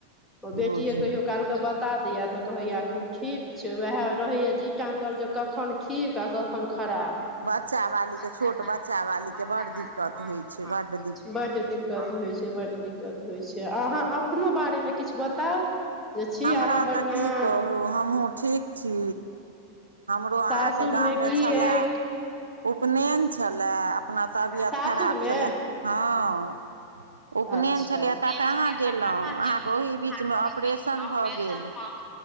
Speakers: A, in the centre; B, on the right.
A: ओ बेटिये
B: बूझी
A: कहियो काल के बता दैया तऽ कहैया एखन ठीक छै, ओएह रहैया जी टाँगल जे कखन ठीक, आ कखन खराब।
B: बच्चा बालीके
A: बच्चा
B: छोट
A: वाली
B: बच्चा
A: के, छोट
B: बालीके
A: बच्चा
B: बड्ड
A: वालीके
B: दिक्कत होइ छै बड्ड
A: बड्ड दिक्कत होइ छै, बड्ड दि दिक्कत होइ छै, बड्ड दिक्कत होइ छै, अहाँ अपनो बारेमे किछु बताउ? जे छी
B: हमरा
A: अहाँ बढ़िआँ
B: तऽ की कहू, हमहूँ ठीक छी। हमरो
A: सासुरमे
B: अहाँके गाममे
A: की
B: छलए
A: अइ?
B: उपनयन छलए अपना तबियत
A: सासुरमे।
B: खराब छलए हँ उपनयन
A: अच्छा
B: छलैए
A: उपनयन
B: तऽ कहाँ
A: केलकै
B: गेलहुँ
A: तऽ कहाँ
B: अहाँके
A: गेलयै,
B: ओही बीचमे
A: हम
B: ऑपरेशन
A: ओही बीच मे ऑपरेशन
B: भऽ गेल
A: भऽ हँ,